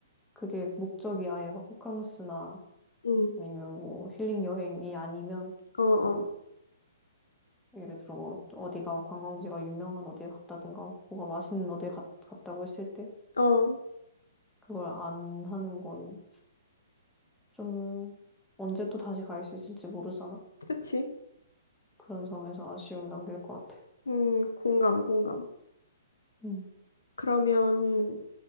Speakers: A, in the centre; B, on the left.
A: 그게 목적이 아예 막 호캉스나
B: 응,
A: 아니면 뭐 힐링 여행이 아니면
B: 어어.
A: 예를 들어 뭐 어디가 관광지가 유명한 어디에 갔다든가 뭐가 맛있는 어디에 갔, 갔다고 했을 때
B: 어,
A: 그걸 안 하는 건 좀 언제 또 다시 갈 수 있을지 모르잖아.
B: 그치.
A: 그런 점에서 아쉬움을 남길 것 같아.
B: 음, 공감, 공감.
A: 음,
B: 그러면